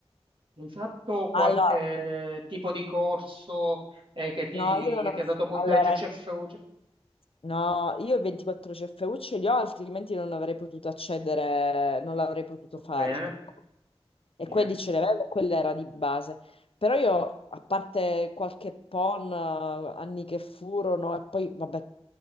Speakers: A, on the right; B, on the left.
A: Hai fatto qualche
B: Allora,
A: tipo di corso eh, che ti,
B: no, io non
A: che
B: ho...
A: ti ha dato punteggio
B: allora,
A: CFU? Cioè,
B: No, io i 24 CFU ce li ho, altrimenti non avrei potuto accedere, non l'avrei potuto fare
A: Bene,
B: il cocco. E
A: bene.
B: quelli ce li avevo, quella era di base. Però io, a parte qualche PON, eh, anni che furono, e poi, vabbè,